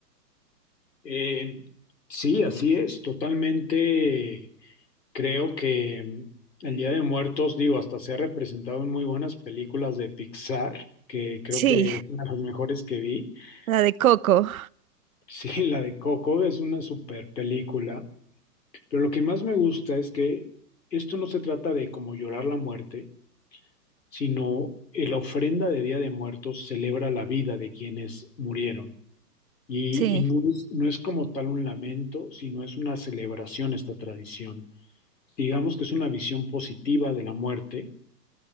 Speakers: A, on the left; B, on the right.
A: Eh, sí, así es, totalmente. Creo que em, El Día de Muertos, digo, hasta se ha representado en muy buenas películas de Pixar, que creo
B: Sí,
A: que es una de las mejores que vi. <laughs>
B: la de Coco.
A: Sí, la de Coco es una super película, pero lo que más me gusta es que esto no se trata de como llorar la muerte, sino eh, la ofrenda de Día de Muertos celebra la vida de quienes murieron. Y,
B: Sí,
A: y no es, no es como tal un lamento, sino es una celebración esta tradición. Digamos que es una visión positiva de la muerte